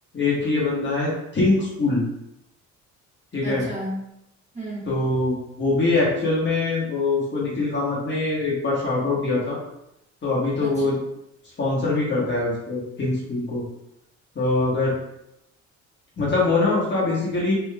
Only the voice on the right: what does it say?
अच्छा
हम्म
अच्छा